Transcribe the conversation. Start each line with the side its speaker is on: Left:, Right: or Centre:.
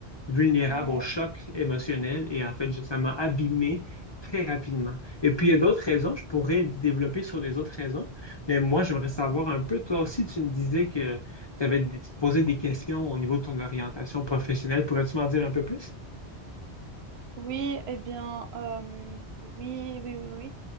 Left: vulnérable
Right: ouais.
Left: au choc émotionnel et en fait, je- ça m'a abîmé très rapidement. Et puis, il y a d'autres raisons, je pourrais développer sur les autres raisons, mais moi, j'aimerais savoir un peu, toi aussi, tu me disais que tu avais posé des questions au niveau de ton orientation professionnelle. Pourrais-tu m'en dire un peu plus?
Right: Oui, eh bien, euh, oui, oui, oui, oui.